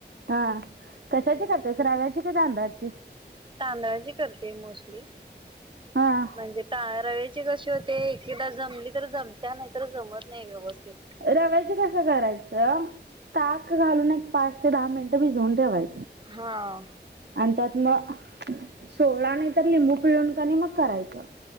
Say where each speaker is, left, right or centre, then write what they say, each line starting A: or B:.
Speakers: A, on the right (about 80°); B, on the right (about 30°).
A: हा
B: हम्म
A: कशाची करतेस? रव्याची की तांदळाची?
B: तांदळाची करते, मोस्टली.
A: हा
B: म्हणजे ता- रव्याची - ती कशी होते, एकदा जमली तर जमत्या, नाही तर जमत नाही व्यवस्थित.
A: रव्याच कसं करायचं? ताक घालून एक पाच ते दहा मिनिटं भिजवून ठेवाय
B: हा.
A: आणि त्यात म सोडा, नाही तर लिंबू, पिळून का नाय मग- करायचं.